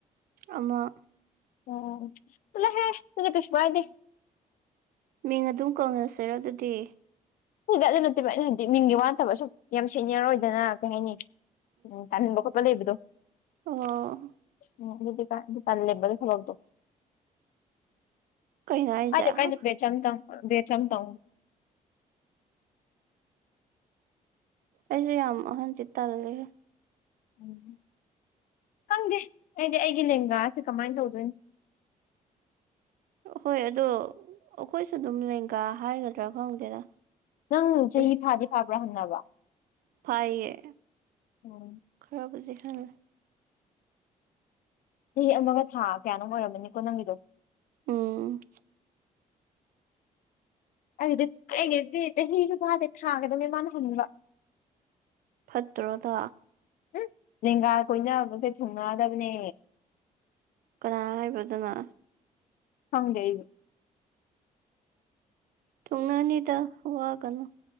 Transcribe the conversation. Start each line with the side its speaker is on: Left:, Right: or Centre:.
Right: ꯑꯃꯥ
Left: ꯑꯣ ꯆꯠꯂꯣꯍꯦ ꯑꯗꯨꯗꯤ ꯀꯩꯁꯨ ꯀꯥꯏꯗꯦ
Right: ꯃꯤꯡ ꯑꯗꯨꯝ ꯀꯧꯅꯁꯤꯔ ꯑꯗꯨꯗꯤ
Left: ꯍꯣꯏꯗ ꯑꯗꯨ ꯅꯠꯇꯦꯕ ꯑꯩꯅ ꯍꯥꯏꯗꯤ ꯃꯤꯡꯒꯤ ꯋꯥꯠꯇꯕꯁꯨ ꯌꯥꯝ ꯁꯦꯅ꯭ꯌꯔ ꯑꯣꯏꯗꯅ ꯀꯩ ꯍꯥꯏꯅꯤ ꯎꯝ ꯇꯥꯅꯤꯡꯕ ꯈꯣꯠ ꯄ ꯂꯩꯕꯗꯣ
Right: ꯑꯣ
Left: ꯎꯝ ꯑꯗꯨꯗꯤ ꯀꯥꯟ ꯑꯗꯨ ꯇꯥꯜꯂꯦꯕ ꯑꯗꯨ ꯊꯕꯛꯗꯣ
Right: ꯀꯩꯅꯣ ꯍꯥꯏꯁꯦ
Left: ꯀꯥꯏꯗꯦ
Right: ꯑꯩꯁꯨ
Left: ꯀꯥꯏꯗꯦ ꯕꯦꯠꯁ ꯑꯝꯇꯪ ꯑꯝꯇꯪꯕꯨ
Right: ꯑꯩꯖꯨ ꯌꯥꯝ ꯑꯍꯟꯖꯦ ꯇꯜꯂꯦꯍꯦ
Left: ꯎꯝ ꯈꯪꯗꯦ ꯑꯩꯗꯤ ꯑꯩꯒꯤ ꯂꯦꯡꯒꯥꯁꯦ ꯀꯃꯥꯏꯅ ꯇꯧꯗꯣꯏꯅꯣ
Right: ꯍꯣꯏ ꯑꯗꯣ ꯑꯩꯈꯣꯏꯁꯨ ꯑꯗꯨꯝ ꯂꯦꯡꯒꯥ ꯍꯥꯏꯒꯗ꯭ꯔꯥ ꯈꯪꯗꯦꯗ
Left: ꯅꯪ ꯆꯍꯤ
Right: ꯁꯦ
Left: ꯐꯥꯗꯤ ꯐꯥꯕ꯭ꯔꯥ ꯍꯟꯅꯕ
Right: ꯐꯥꯏꯌꯦ
Left: ꯎꯝ
Right: ꯈꯔꯕꯨꯗꯤ ꯍꯟꯂꯦ
Left: ꯆꯍꯤ ꯑꯃꯒ ꯊꯥ ꯀꯌꯥꯅꯣ ꯑꯣꯏꯔꯝꯃꯅꯤꯀꯣ ꯅꯪꯒꯤꯗꯣ
Right: ꯎꯝ
Left: ꯑꯩꯗꯤ ꯑꯩꯒꯤꯗꯤ ꯆꯍꯤꯁꯨ ꯐꯥꯗꯦ ꯊꯥ ꯈꯛꯇꯅꯦ ꯃꯥꯅ ꯍꯟꯕ
Right: ꯐꯠꯇ꯭ꯔꯣ ꯑꯗꯣ
Left: ꯎꯝ ꯂꯦꯡꯒꯥ ꯀꯣꯏꯅꯕꯁꯦ ꯊꯨꯡꯅꯗꯕꯅꯦ
Right: ꯀꯅꯥ ꯍꯥꯏꯕ ꯑꯗꯨꯅ
Left: ꯈꯪꯗꯦ ꯑꯩꯁꯨ
Right: ꯊꯨꯡꯅꯥꯅꯤꯗ ꯋꯥꯒꯅꯨ